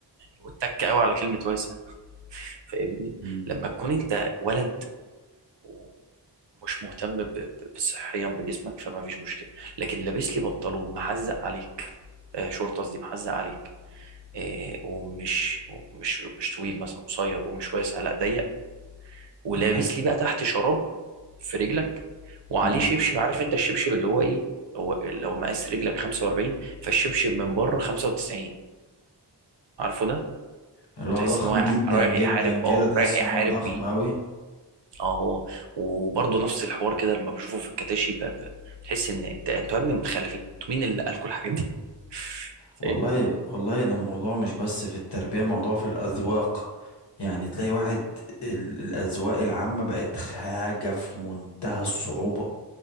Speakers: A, on the right (about 70°); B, on the left (about 65°).
A: واتك قوي على كلمه واسع فاهمني
B: مم.
A: لما تكون انت ولد ومش مهتم ب- ب- بصحيا بجسمك فما فيش مشكله لكن لابس لي بنطلون محزق عليك آه، شورت قصدي محزق عليك آه، ومش مش مش طويل مثلا قصير ومش واسع لا ضيق ولابس
B: تمام
A: لي بقى تحت شراب في رجلك وعليه
B: تمام
A: شبشب عارف انت الشبشب اللي هو ايه هو لو مقاس رجلك 45 فالشبشب من بره 95 عارفه ده
B: اللي
A: لو تحس
B: هو ضخم
A: ان هو
B: جدا
A: رايح
B: جدا
A: يحارب
B: كده
A: اه
B: تحس
A: رايح يحارب
B: ان هو ضخم
A: بيه
B: اوي
A: اه هو وبرضه نفس الحوار كده لما بشوفه في الكتاشي ب- ب- بتحس ان انت- انتوا يا ابني متخلفين انتوا مين اللي نقل كل الحاجات دي <laughs>
B: والله
A: فاهم
B: والله ده الموضوع مش بس في التربية موضوع في الأذواق يعني تلاقي واحد ال- الأذواق العامة بقت حاجة في منتهى الصعوبة